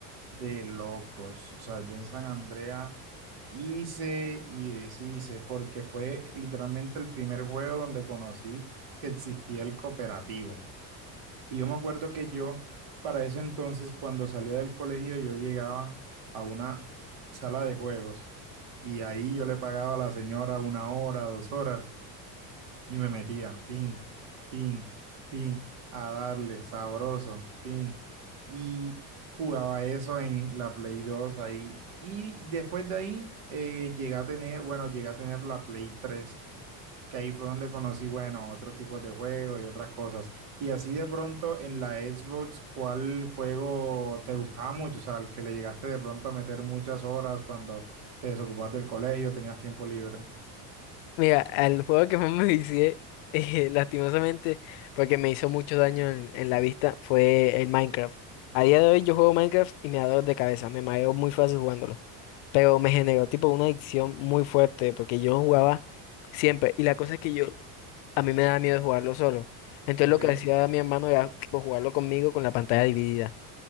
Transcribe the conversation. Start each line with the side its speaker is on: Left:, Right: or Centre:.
Right: de locos. O sea, yo en San Andrea hice y deshice, porque fue literalmente el primer juego donde conocí que existía el cooperativo. Y yo me acuerdo que yo, para eso entonces, cuando salía del colegio, yo llegaba a una sala de juegos y ahí yo le pagaba a la señora una hora, dos horas y me metía, tin, tin, tin, a darle, sabroso, tin. Y jugaba eso en la Play dos ahí. Y después de ahí eh, llegué a tener, bueno, llegué a tener la Play tres que ahí fue donde conocí, bueno, otros tipos de juegos y otras cosas. Y así de pronto en la Xbox, ¿cuál juego te gustaba mucho? O sea, al que le llegaste de pronto a meter muchas horas cuando te desocupabas del colegio, tenías tiempo libre.
Left: Mira, al juego que más me hice, <laughs> eh, lastimosamente, porque me hizo mucho daño en, en la vista, fue el Minecraft. A día de hoy yo juego Minecraft y me da dolor de cabeza, me mareo muy fácil jugándolo. Pero me generó tipo una adicción muy fuerte, porque yo lo jugaba siempre. Y la cosa es que yo, a mí me daba miedo jugarlo solo. Entonces
Right: Ok.
Left: lo que hacía mi hermano era tipo, jugarlo conmigo con la pantalla dividida